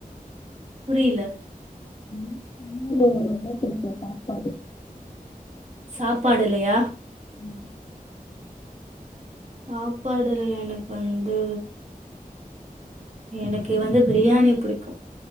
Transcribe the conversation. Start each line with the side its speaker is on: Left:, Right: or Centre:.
Right: புரியல
Left: ம் சமையல்ல உனக்கு ரொம்போ புடிச்ச சாப்பாடு
Right: சாப்பாடுலையா
Left: ம்
Right: சாப்பாடுல எனக்கு வந்து எனக்கு வந்து பிரியாணி புடிக்கு